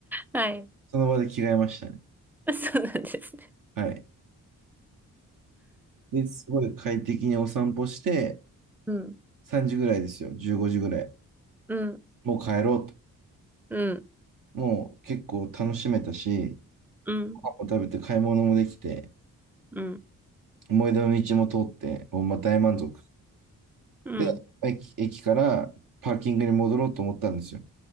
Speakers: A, in the centre; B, on the right.
A: はい。
B: その場で着替えましたね。
A: そうなんですね。
B: はい。で、すごい快適にお散歩して、
A: うん。
B: 3時ぐらいですよ、15時ぐらい。
A: うん。
B: もう帰ろうと。
A: うん。
B: もう結構楽しめたし、
A: うん。
B: ご飯も食べて買い物もできて、
A: うん。
B: 思い出の道も通って、もうまあ大満足。
A: うん。
B: で、駅、駅からパーキングに戻ろうと思ったんですよ。